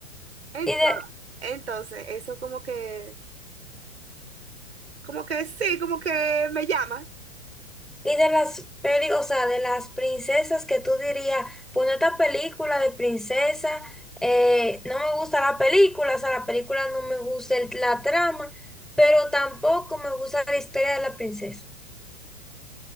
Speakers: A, on the right; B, in the centre.
A: Entonces,
B: Y de,
A: entonces, eso como que, como que sí, como que me llama,
B: Y de las peli, o sea, de las princesas que tú dirías, bueno, esta película de princesa, eh, no me gusta la película, o sea, la película no me gusta el- la trama, pero tampoco me gusta la historia de la princesa.